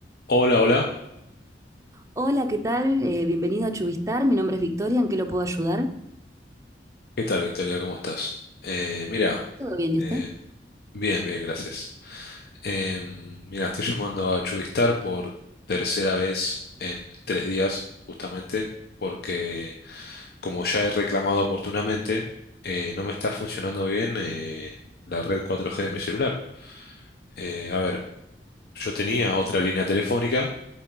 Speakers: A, on the left; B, on the right.
A: Hola, hola.
B: Hola, ¿qué tal? Eh, bienvenido a Chubistar. Mi nombre es Victoria. ¿En qué lo puedo ayudar?
A: ¿Qué tal, Victoria? ¿Cómo estás? Eh, mira,
B: ¿Todo bien? ¿Y usted?
A: eh, bien, bien, gracias. Eh, mira, estoy llamando a Chubistar por tercera vez en tres días, justamente, porque como ya he reclamado oportunamente, eh, no me está funcionando bien eh, la red 4G de mi celular. Eh, a ver, yo tenía otra línea telefónica,